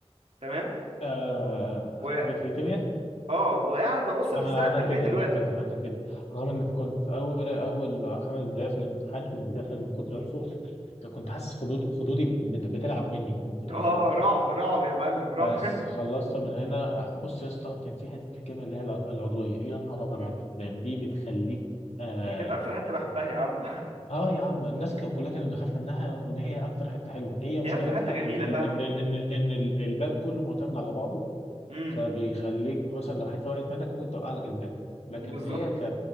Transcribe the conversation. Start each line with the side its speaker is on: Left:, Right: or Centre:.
Right: تمام
Left: آه...
Right: و
Left: في الكيمياء
Right: اه وقاعد ببص في
Left: انا
Right: السقف
Left: انا
Right: لبقية
Left: كده
Right: الوقت
Left: انا كده انا كده رغم ان كنت في اول اول خمس دقائق في الامتحان كنت داخل من كتر الخوف كنت حاسس خدودي خدودي بت- بتلعب مني من كتر
Right: اه
Left: الخوف
Right: رعب رعب يا معلم رعب
Left: بس خلصت من هنا بص يا اسطى كان في حته في الكيمياء اللي هي الع- العضويه يا نهار ابيض
Right: <laughs> مم.
Left: على الفقدان دي بتخليك اه
Right: دي كانت اكتر حتة بحبها يا عم
Left: اه يا عم الناس ك- كلها كانت بتخاف منها رغم ان هي اكتر حته حلوه
Right: <laughs>
Left: هي مشكلتها
Right: هي اكتر حتة جميلة
Left: ان ال
Right: فعلا
Left: ان ال ان ال ان ال- الباب كله معتمد على بعضه
Right: امم
Left: فبيخليك مثلا لو حته وقعت منك ممكن توقع لك الباب لكن
Right: بالظبط
Left: هي ك